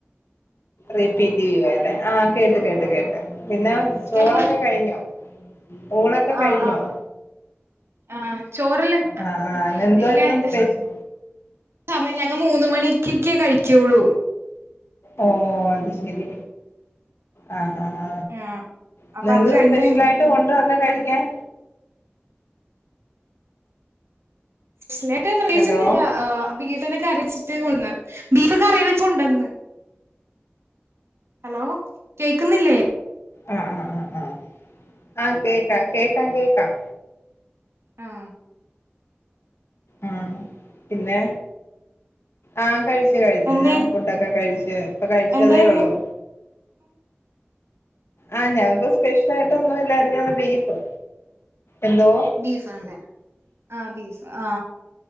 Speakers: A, on the left; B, on the right.
A: റിപ്പീറ്റ് ചെയ്യുവാല്ലേ ആ കേട്ട് കേട്ട് കേട്ട്. പിന്നെ ചോറൊക്കെ
B: കേൾക്കാം
A: കഴിഞോ ഊണൊക്കെ
B: ആ
A: കഴിഞ്ഞോ?
B: ആ ആ ആ ചോറെല്ലാം
A: ആ ആ ഇന്നെന്തുവായിരുന്നു
B: ഇല്ല എന്റെ
A: സ്പെഷ്യ
B: സമയം ഞങ്ങൾ മൂന്നു മണിക്കെക്ക കഴി ച്വുള്ളു.
A: ഓ അത് ശ <unintelligible> ആ ആ ഹാ
B: ആ അപ്പൊ
A: ഇന്നെന്തോ
B: അത് കഴിഞ്ഞിട്ട്
A: സ്പെഷ്യലായിട്ട് ഉ ഇന്നെന്താ കഴിക്കാൻ
B: സ്പെഷലായിട്ട് പ്രത്യേകിച്ചൊന്നുല്ല
A: ഹലോ
B: ബീഫ്നെ കറിവെച്ച് <unintelligible> ബീഫ് കറി വെച്ചുണ്ടെന്ന് ഹലോ കേക്കുന്നില്ലേ
A: ആ ആ ആ ആ ആ കേക്കാം കേക്കാം കേക്കാം
B: ആ
A: ആ പിന്നെ ആ കഴിച്ച് കഴിച്ച്
B: എന്തേ
A: ഞാൻ ഫുഡൊക്കെ കഴിച്ച് ഇപ്പൊ കഴിച്ചതേ
B: എന്തായിരുന്നു
A: ഒള്ളൂ ആ ഞങ്ങക്ക് സ്പെഷ്യ ലായിട്ടൊന്നുമില്ലാരുന്നു ബീഫ് എന്തോ
B: ബീഫാം ലെ ആ ബീഫാ ആ